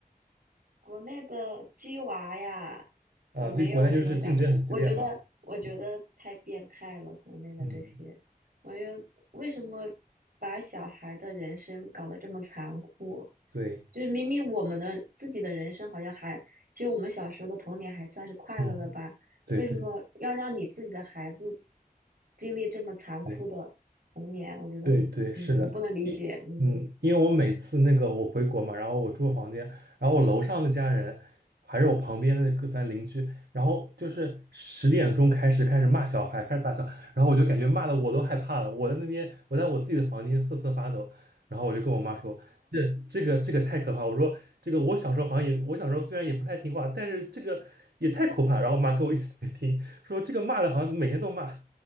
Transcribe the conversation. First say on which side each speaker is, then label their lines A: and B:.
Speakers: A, on the right; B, on the right.
A: 国内的鸡娃呀，
B: 啊？
A: 我没有这种想，
B: 对，国内就是竞争很激烈嘛。
A: 我觉得我觉得太变态了，
B: 嗯
A: 国内的这些，
B: 嗯，
A: 我觉得为什么把小孩的人生搞得这么残酷？
B: 对，
A: 就是明明我们的自己的人生好像还，其实我们小时候的童年还算是快乐的吧，
B: 嗯对对
A: 为什么要让你自己的孩子经历这么残酷的童年？
B: 对。
A: 我觉得很，
B: 对对，
A: 嗯，
B: 是的，
A: 我不能理解，
B: 嗯因嗯，
A: 嗯，
B: 因为我每次那个我回国嘛，然后我住房间，然后我楼上的家人，还是我旁边的那个反正邻居，然后就是十点钟开始开始骂小孩，开始大笑，然后我就感觉骂的我都害怕了，我在那边我在我自己的房间瑟瑟发抖，然后我就跟我妈说，这这个这个太可怕，我说这个我小时候好像也我小时候虽然也不太听话，但是这个也太可怕，然后我妈跟我一起在听，说这个骂的好像怎么每天都骂，